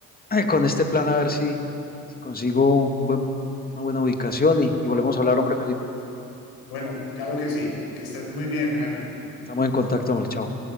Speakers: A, on the left (about 25°); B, on the left (about 80°).
A: <clears throat> con este plan a ver si, si consigo un buen, una buena ubicación y, y volvemos a hablar, hombre Felipe.
B: Bueno, claro que sí. Que estés muy bien, Jaime.
A: Estamos en contacto, hombre, chao.